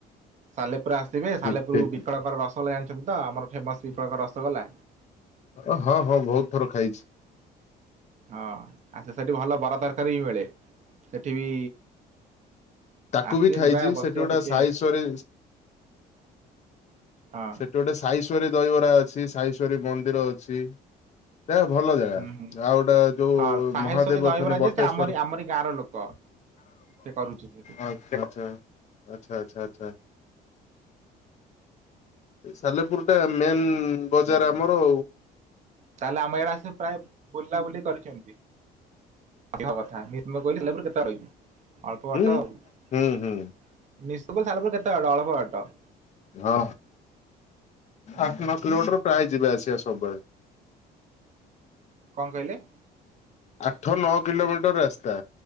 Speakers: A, on the right (about 45°); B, on the left (about 45°).
A: ସାଲେପୁର ଆସିବେ ସାଲେପୁର
B: ଠିକ ଠିକ
A: ବିକଳକର ରସ୍ ଭଲେ ଜାଣିଛନ୍ତି ତ ଆମର ଫେମସ୍ ବି ପ୍ରକାର ରସଗୋଲା।
B: ଓ ହଁ ହଁ ବହୁତ ଥର ଖାଇଛି।
A: ହଁ ଆସେ ସେଠି, ଭଲ ବରା ତରକାରୀ ବି ମିଳେ ସେଠି ବି
B: ତାକୁ
A: ଆସିବେ
B: ବି ଖାଇଛି
A: ଯିବା ବସିବା
B: ସେଠି ଗୋଟେ
A: ଟିକେ
B: ସାଇଶ୍ଵରୀ
A: ହଁ
B: ସେଠି ଗୋଟେ ସାଇଶ୍ଵରୀ ଦହିବରା ଅଛି, ସାଇଶ୍ଵରୀ ମନ୍ଦିର ଅଛି। ତା ଭଲ ଜାଗା
A: ହୁଁ ହୁଁ।
B: ଆଉ ଗୋଟେ ଯୋଉ
A: ହଁ ସାହେଶ୍ଵରୀ
B: ମହାଦେବ
A: ଦହିବରା
B: ଅଛନ୍ତି
A: ଯିଏ
B: ବଟେଶ୍ଵର
A: ସେ ଆମରି ଆମରି ଗାଁର ଲୋକ ସେ କରୁଚିତ ହେ
B: ଆଛା ଆଛା ଆଚଛା ଆଚଛା ଆଛା ସାଲେପୁର ଟା ମେନ୍ ବଜାର
A: ହୁଁ
B: ଆମର
A: ତାହେଲେ ଆମ ଏଇଡା ସେ ପ୍ରାୟ ବୁଲା ବୁଲି କରିଛନ୍ତି? <unintelligible> କହିଲି ସାଲେପୁରେ କେତେ ଟା ରହିବି। ଅଳ୍ପ ବାଟ
B: ହୁଁ
A: ଆଊ ନିଶ୍ଚିତ
B: ହୁଁ ହୁଁ
A: କୋଇଲୁର ସାଲେପୁର କେତେ ବାଟ? ଅଳ୍ପବାଟ।
B: ହଁ
A: ଏଇତ
B: ଆଠ ନଅ କିଲୋମିଟର ପ୍ରାୟ ଯିବେ ଆସିବା ସବୁବେଳେ।
A: କଣ କହିଲେ?
B: ଆଠ ନଅ କିଲୋମିଟର ରାସ୍ତା